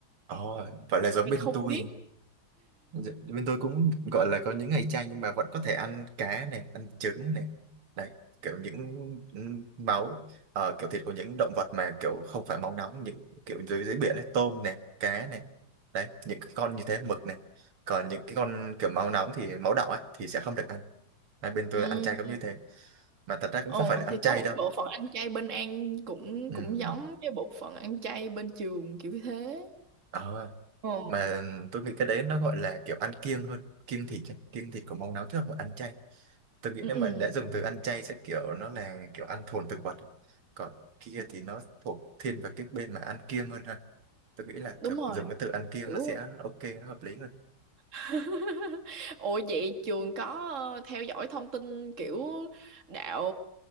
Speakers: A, on the right (about 85°); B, on the right (about 35°).
A: Ồ, vậy là giống
B: hay
A: bên
B: không
A: tôi.
B: biết
A: Dạ, bên tôi cũng gọi là có những ngày chay nhưng mà vẫn có thể ăn cá này ăn trứng này đấy kiểu những ừm, máu ờ, kiểu thịt của những động vật mà kiểu không phải máu nóng những kiểu dưới dưới biển ấy, tôm này cá này đấy những cái con như thế mực này còn những cái con kiểu máu nóng thì máu đỏ ấy thì sẽ không được ăn hai bên tôi
B: ừ.
A: ăn chay cũng như thế mà thật ra cũng
B: ờ,
A: không phải là ăn
B: thì
A: chay
B: có một
A: đâu
B: cái bộ phận ăn chay bên An cũng
A: Ừm,
B: cũng giống cái bộ phận ăn chay bên trường kiểu như thế
A: ờ,
B: ờ
A: mà tôi nghĩ cái đấy nó gọi là kiểu ăn kiêng hơn kiêng thịt kiêng thịt của máu nóng chứ không phải ăn chay tôi nghĩ
B: ừ,
A: nếu
B: ừ,
A: mà đã dùng từ ăn chay sẽ kiểu nó là kiểu ăn thuần thực vật còn kia thì nó thuộc thiên về cái bên mà ăn kiêng hơn ha tôi nghĩ là
B: đúng
A: thực
B: rồi
A: dùng cái từ ăn kiêng
B: kiểu
A: nó sẽ ok nó hợp lý hơn
B: <laughs> Ủa vậy trường có ờ, theo dõi thông tin kiểu đạo